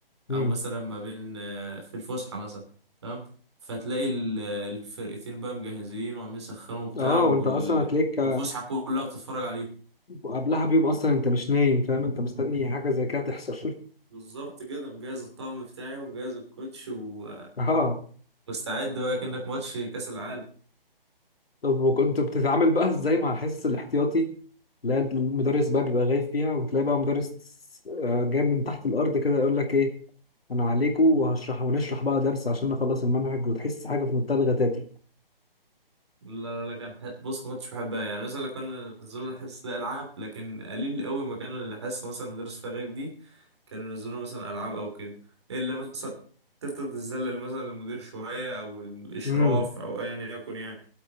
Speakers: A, on the left; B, on the right.
A: امم
B: أو مثلا ما بين آه، في الفسحة مثلا تمام فتلاقي ال- الفرقتين بقى مجهزين وعاملين يسخنوا وبتاع
A: اه
B: وال...
A: وانت اصلا هتلاقيك
B: والفسحة كلها بتتفرج عليهم
A: وقبلها بيوم اصلا انت مش نايم فاهم انت مستني حاجه زي كده تحصل
B: بالظبط كده مجهز الطقم بتاعي ومجهز الكوتش و...
A: <laughs> اه
B: مستعد بقى كأنك ماتش كأس العالم
A: طب وكنت بتتعامل بقى ازاي مع الحصص الاحتياطي لا المدرس بقى بيبقى غايب فيها وتلاقي بقى مدرس آه، جاي من تحت الارض كده يقول لك ايه انا عليكم وهشرح ونشرح بقى درس عشان نخلص المنهج وتحس حاجه في منتهى الغتاتة
B: لا لا لا كان ح- بص ما كنتش بحبها يعني مثلا لو كان نزلوا الحصة ده ألعاب لكن قليل قوي ما كان الحصة مثلا مدرس فيها غير دي كانوا ينزلوا مثلا ألعاب أو كده إلا مثلا تفضل تذلل مثلا المدير شوية أو الإشراف
A: امم
B: أو أيا يكن يعني